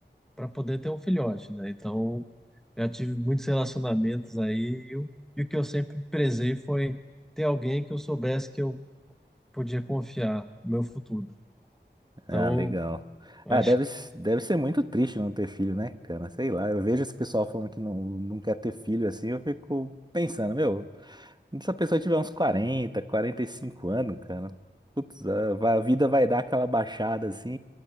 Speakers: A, in the centre; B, on the right.
A: para poder ter um filhote, né? Então, eu tive muitos relacionamentos aí e, o e o que eu sempre prezei foi ter alguém que eu soubesse que eu podia confiar no meu futuro. Então,
B: Ah, legal.
A: acho
B: Ah, deve, s- deve ser muito triste não ter filho, né, cara? Sei lá, eu vejo esse pessoal falando que não, não quer ter filho assim, eu fico pensando, meu, se a pessoa tiver uns quarenta, quarenta e cinco anos, cara, putz, a, vai- a vida vai dar aquela baixada assim,